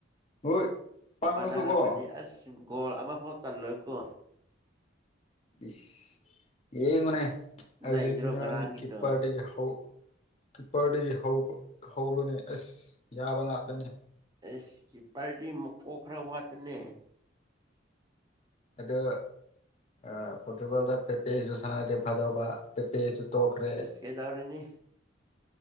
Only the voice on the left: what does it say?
ꯍꯣꯏ ꯄꯥꯡꯉꯁꯨꯀꯣ
ꯏꯁ ꯌꯦꯡꯉꯨꯅꯦ ꯑꯔꯖꯦꯟꯇꯅꯥꯗꯤ
ꯀꯤꯞꯄꯔꯗꯒꯤ ꯍꯧ ꯀꯤꯞꯄꯔꯗꯒꯤ ꯍꯧꯔꯨꯅꯦ ꯑꯁ ꯌꯥꯕ ꯉꯥꯛꯇꯅꯦ
ꯑꯗꯣ ꯑ ꯄꯣꯔꯇꯨꯒꯜꯗ ꯄꯦꯁꯨ ꯁꯅꯥꯔꯗꯤ ꯐꯗꯧꯕ ꯄꯦꯄꯦꯁꯨ
ꯇꯣꯛꯈ꯭ꯔꯦ